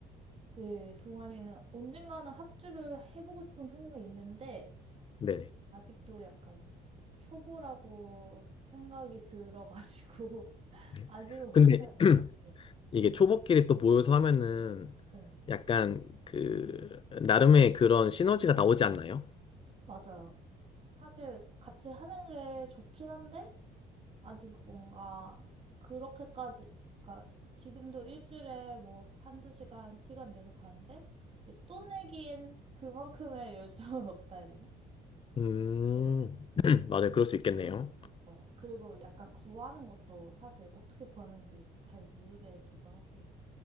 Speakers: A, on the right (about 35°); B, on the left (about 30°).
A: 네, 동아리는 언젠가는 합주를 해보고 싶은 생각이 있는데,
B: 네네.
A: 아직도 약간 초보라고 생각이 들어가지고 <laughs>
B: 네.
A: 아직은 못
B: 근데
A: 해봤어.
B: <clears throat>
A: 네.
B: 이게 초보끼리 또 모여서 하면은
A: 네,
B: 약간 그 나름의 그런 시너지가 나오지 않나요?
A: 맞아요. 사실 같이 하는 게 좋긴 한데 아직 뭔가 그렇게까지 그러니까 지금도 일주일에 뭐 한두 시간 시간 내서 가는데 이제 또 내기엔 그만큼의 열정은 <laughs> 없다 해야 되나?
B: 음,
A: 네.
B: <clears throat> 맞아요. 그럴 수 있겠네요.
A: 그쵸. 그리고 약간 구하는 것도 사실 어떻게 구하는지 잘 모르겠기도 하고